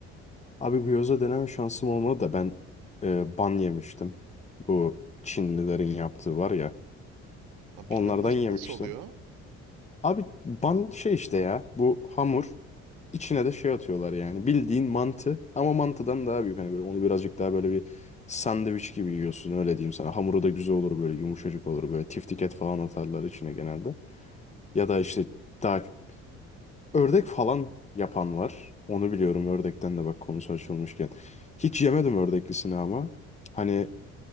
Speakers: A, on the left; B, on the right.
A: Abi gyoza deneme şansım olmadı da ben e, ban yemiştim. Bu Çinlilerin yaptığı var ya.
B: Ha,
A: Onlardan
B: bilmiyorum nasıl,
A: yemiştim.
B: nasıl oluyor?
A: Abi ban şey işte ya bu hamur içine de şey atıyorlar yani bildiğin mantı ama mantıdan daha büyük hani böyle onu birazcık daha böyle bir sandviç gibi yiyorsun öyle diyeyim sana hamuru da güzel olur böyle yumuşacık olur böyle tiftiket falan atarlar içine genelde ya da işte daha Ördek falan yapan var. Onu biliyorum ördekten de bak konusu açılmışken. Hiç yemedim ördeklisini ama. Hani